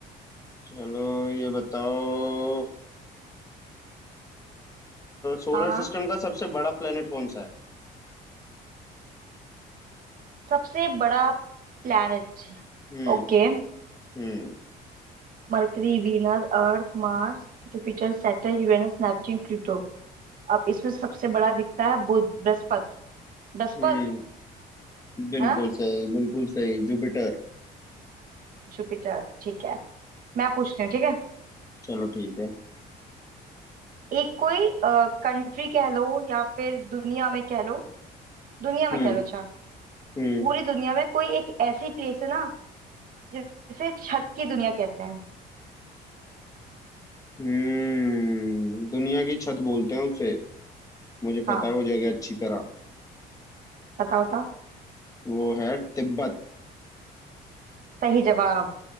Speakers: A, on the left; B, on the right.
A: चलो ये बताओ सोलर
B: हाँ हाँ
A: सिस्टम का सबसे बड़ा प्लेनेट कौन सा है
B: सबसे बड़ा planet
A: हम्म
B: Okay
A: हम्म
B: Mercury Venus Earth Mars Jupiter Saturn Uranus Neptune Pluto अब इसमें सबसे बड़ा दिखता है बुध बृहस्पति बृहस्पति
A: हम्म बिल्कुल
B: है ना
A: सही बिल्कुल सही जुपिटर
B: जुपिटर ठीक है मैं पूछती हूँ ठीक है
A: चलो ठीक है
B: एक कोई कंट्री कह लो या फिर दुनिया में कह लो दुनिया में
A: हम्म
B: कह लो अच्छा
A: हम्म
B: पूरी दुनिया में कोई एक ऐसी प्लेस है ना जिसे छत की दुनिया कहते हैं
A: हम्म दुनिया की छत बोलते हैं उसे मुझे
B: हाँ
A: पता है वो जगह अच्छी तरह
B: बताओ था
A: वो है तिब्बत
B: सही जवाब